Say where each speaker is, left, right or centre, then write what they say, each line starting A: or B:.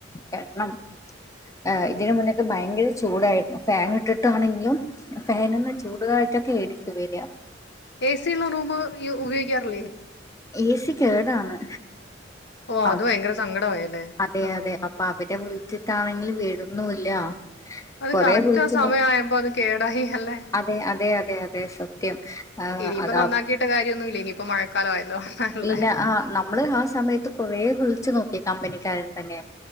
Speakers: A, on the left; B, on the left.
A: കാരണം ആഹ് ഇതിന്റെ മുന്നൊക്കെ ഭയങ്കര ചൂടായിരുന്നു ഫാൻ ഇട്ടിട്ടാണെങ്കിലും ഫാനിന്ന് ചൂടുകാറ്റൊക്കെ എടുത്ത് വരിക
B: എ സി ഉള്ള റൂമ് യു ഉപയോഗിക്കാറില്ലേ
A: എ സി കേടാണ്
B: ഓ
A: ആ,
B: അത് ഭയങ്കര സങ്കടമായല്ലേ
A: അതെ
B: ആഹ്
A: അതെ അപ്പോ അവരെ വിളിച്ചിട്ടാണെങ്കിലിൽ വരുന്നും ല്ല
B: അത്
A: കൊറെ
B: കറക്റ്റ്
A: വിളിച്ചു
B: ആ സമയമായപ്പോ
A: നോക്കി
B: അത് കേടായി അല്ലേ
A: അതെ അതെ അതെ അതെ സത്യം ആഹ്
B: ഇനിയിപ്പ
A: അതാ
B: നന്നാക്കിയിട്ട് കാര്യഒന്നും ഇല്ല ഇനിയിപ്പ മഴക്കാലം ആയല്ലോ അലെ
A: ഇല്ല ആഹ് നമ്മള് ആ സമയത്ത് കൊറെ വിളിച്ചു നോക്കി കമ്പനിക്കാരെ തന്നെ